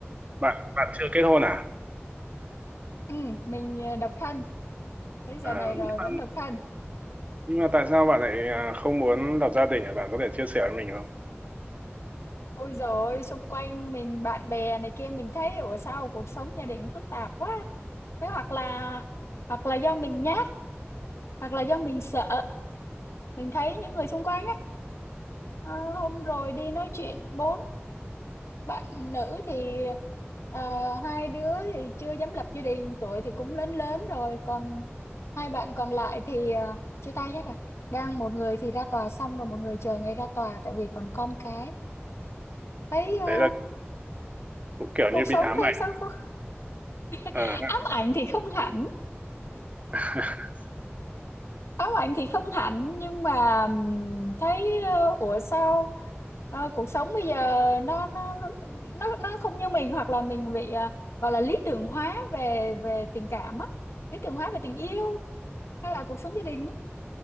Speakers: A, on the right; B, on the left.
A: bạn bạn chưa kết hôn à?
B: Ừ, mình ờ, độc thân, tới giờ
A: Ờ,
B: này rồi
A: nhưng mà,
B: vẫn độc thân.
A: nhưng mà tại sao bạn lại à, không muốn lập gia đình? Bạn có thể chia sẻ với mình không?
B: Ôi rồi xung quanh mình bạn bè này kia mình thấy ủa sao cuộc sống gia đình phức tạp quá. Thế hoặc là hoặc là do mình nhát, hoặc là do mình sợ mình thấy những người xung quanh á ờ, hôm rồi đi nói chuyện bốn bạn nữ thì ờ, hai đứa thì chưa dám lập gia đình tuổi thì cũng lớn lớn rồi còn hai bạn còn lại thì ờ, chia tay hết rồi đang một người thì ra tòa xong rồi một người chờ ngày ra tòa tại vì còn con cái thấy ờ,
A: Đấy là cũng kiểu
B: thấy cuộc
A: như
B: sống
A: bị ám
B: thấy
A: ảnh.
B: sao không
A: Ờ,
B: <laughs> ám ảnh thì không hẳn
A: <laughs>
B: Có bạn thì không hạnh nhưng mà ừm, thấy ờ, ủa sao ờ, cuộc sống bây giờ nó nó nó nó không như mình hoặc là mình bị ờ, gọi là lý tưởng hóa về về tình cảm á, lý tưởng hóa về tình yêu hay là cuộc sống gia đình á.